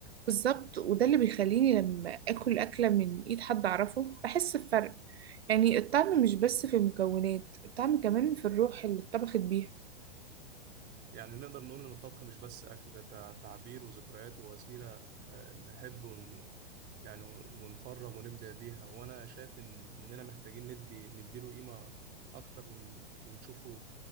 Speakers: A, on the right; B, on the right.
A: بالظبط وده اللي بيخليني لما اكل اكله من ايد حد اعرفه بحس بفرق يعني الطعم مش بس في المكونات الطعم كمان في الروح اللي اتطبخت بيها
B: يعني نقدر نقول إن الطبخ مش بس أكل ده تع- تعبير وذكريات ووسيلة آه، نحب ون... يعني ونفرغ ونبدع بيها وأنا شايف إن- إننا محتاجين ندي نديله قيمة أكتر ون... ونشوفه